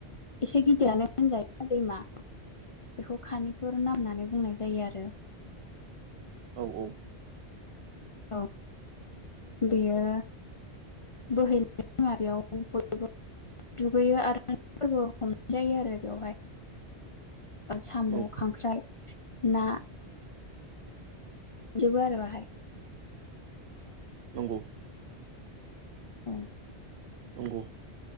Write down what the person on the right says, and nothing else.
औ औ
नंगौ
नंगौ
नंगौ